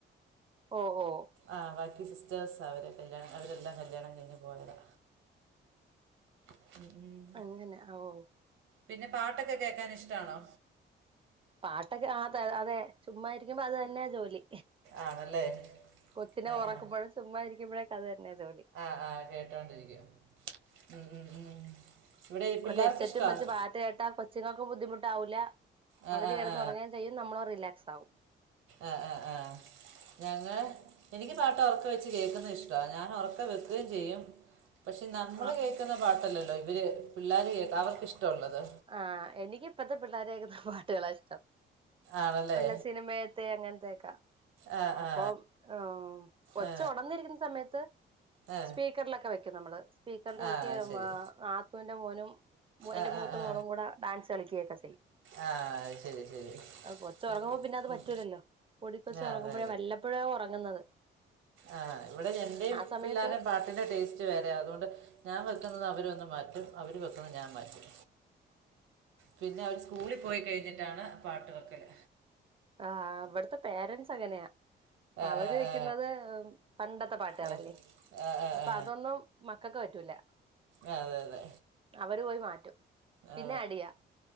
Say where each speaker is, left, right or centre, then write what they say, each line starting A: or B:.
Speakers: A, on the right; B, on the right.
A: ഓഹ് ഓഹ്
B: ആഹ് ബാക്കി സിസ്റ്റേഴ്സാ അവര് കല്യാണം അവരെല്ലാം കല്യാണം കഴിഞ്ഞ് പോയവരാ. ഉം ഉം
A: അങ്ങനെ ഓഹ്
B: പിന്നെ പാട്ടൊക്കെ കേക്കാൻ ഇഷ്ട്ടാണോ
A: പാട്ടൊക്കെ ആത അതേ ചുമ്മാതിരിക്കുമ്പോ അത് തന്നെയാ ജോലി
B: ആണല്ലേ
A: കൊച്ചിനെ
B: ആ
A: ഒറക്കുമ്പഴും
B: ആ
A: ചുമ്മായിരിക്കുമ്പഴെക്കെ അത് തന്നെയാ ജോലി
B: ആഹ് ആഹ് കേട്ടോണ്ടിരിക്കും ഉം ഉം ഉം ഇവിടെ ഈ പിള്ളേർക്ക്
A: ഒരു ഹെഡ്സെറ്റും
B: ഇഷ്ടമാണ്
A: വെച്ച് പാട്ട് കേട്ടാ കൊച്ചുങ്ങക്കും ബുദ്ധിമുട്ടാവൂല്ല
B: ആ
A: അവര്
B: ആ
A: കിടന്ന്
B: ആ
A: ഒറങ്ങേം ചെയ്യും നമ്മള് റിലാക്സാവും
B: ആഹ് ആഹ് ആഹ് ഞങ്ങ എനിക്ക് പാട്ട് ഒറക്കെ വെച്ച് കേക്കുന്ന ഇഷ്ട്ടാ ഞാനൊറക്കെ വെക്കേം ചെയ്യും പക്ഷെ നമ്മള്
A: ആ
B: കേക്കുന്ന പാട്ടല്ലല്ലോ ഇവര് പിള്ളേര് കേക്ക അവർക്കിഷ്ട്ടൊള്ളത്.
A: ആഹ് എനിക്ക് ഇപ്പത്തെ പിള്ളേര് കേക്കുന്ന പാട്ടുകളാ ഇഷ്ടം.
B: ആണല്ലേ
A: ഒല്ല സിനിമയത്തെ അങ്ങനത്തേക്ക
B: ആ
A: അപ്പം
B: ആ
A: ഏഹ് കൊച്ച്
B: ആ
A: ഒണന്നിരിക്കുന്ന സമയത്ത്
B: ആ
A: സ്പീക്കറിലൊക്കെ വെക്കും നമ്മള്. സ്പീക്കറിൽ
B: ആ
A: വെക്കേം
B: ശരി
A: ആഹ് നാത്തൂന്റെ മോനും മൊ എന്റെ
B: ആ
A: മൂത്ത
B: ആ ആ
A: മോളും കൂടെ ഡാൻസ് കളിക്യേക്ക ചെയ്യും.
B: ആ ശരി ശരി
A: അഹ് കൊച്ച് ഒറങ്ങുമ്പ
B: ഇവ
A: പിന്നെ അത് പറ്റൂലല്ലോ
B: ഉം.
A: പൊടിക്കൊച്ച്
B: ആ
A: ഒറങ്ങുമ്പഴേ
B: അതെ
A: വല്ല പ്പഴാ ഒറങ്ങുന്നത്.
B: ആഹ് ഇവിടെ എന്റെയും
A: സമയത്ത്
B: പിള്ളാർടേം പാ ട്ടിൻ്റെ ടേസ്റ്റ് വേറയാ അതുകൊണ്ട് ഞാൻ വെക്കുന്നത് അവരു വന്ന് മാറ്റും. അവര് വെക്കുന്ന ഞാൻ മാറ്റും. പിന്ന അവര് സ്കൂളി പോയി കഴിഞ്ഞിട്ടാണ് പാട്ട് വെക്കല്.
A: ആഹ് ഇവിടത്തെ പേരന്റ്സ് അങ്ങനെയാ.
B: ആ ആ
A: അവര് വെക്കുന്നത് പണ്ടത്തെ പാട്ടുകളല്ലേ.
B: ആ ആ
A: അപ്പൊ
B: ആ
A: അതൊന്നും മക്കക്ക് പറ്റൂല.
B: ആ ആ. ആ, അതെ അതെ
A: അവര് പോയി മാറ്റും.
B: ആ
A: പിന്നെ അടിയാ